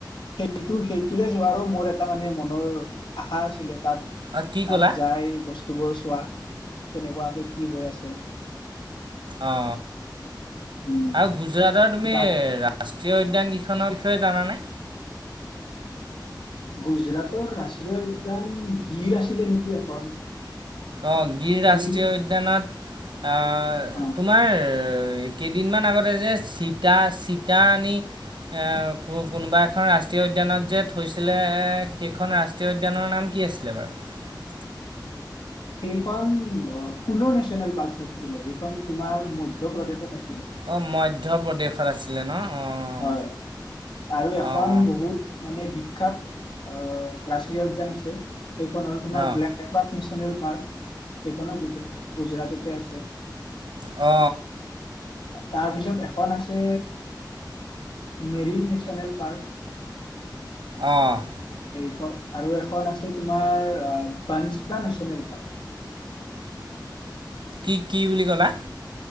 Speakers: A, on the left (about 75°); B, on the right (about 90°).
A: সেইটো সেইটো বাৰু মোৰ এটা মানে মনৰ আশা আছিলে তাত
B: অঁ কি ক'লা
A: তাত যাই বস্তু বৰ চোৱা কেনেকুৱাকৈ কি হৈ আছে।
B: অ
A: উম,
B: আৰু গুজৰাটৰ, তুমি
A: বা
B: ৰা ৰাষ্ট্ৰীয় উদ্যান কেইখনৰ বিষয়ে জানে।
A: গুজৰাটৰ, ৰাষ্ট্ৰীয় উদ্যান, গিৰ আছিলে নেকি এখন
B: আহ গিৰ ৰাষ্ট্ৰীয়
A: গিল
B: উদ্যানত
A: অ'
B: তোমাৰ কেইদিনমান আগতে যে চিতা চিতা আনি কোনোবা এখন ৰাষ্ট্ৰীয় উদ্যানত যে থৈছিলে সেইখন ৰাষ্ট্ৰীয় উদ্যানৰ নাম কি আছিলে বাৰু
A: সেইখন কুলো নেচনেল পাৰ্ক আছিলে সেইখন তোমাৰ মধ্য প্ৰদেশত আছিল।
B: অ মধ্য প্ৰদেশত আছে। আছিলে ন অঁ
A: হয় আৰু এখন
B: অঁ
A: বহুত মানে বিখ্যাত আহ ৰাষ্ট্ৰীয় উদ্যান আছে। এইখন হ'ল তোমাৰ
B: অঁ অঁ
A: ব্লে নিয় নেশ্যনেল পাৰ্ক সেইখনো গুজ গুজৰাটতে আছে
B: অ
A: তাৰপিছত এখন আছে। Marine national, park.
B: আহ।
A: এইখন আৰু এখন আছে তোমাৰ পাঞ্চ দা নেচনেল পাৰ্ক।
B: কি কি বুলি কলা?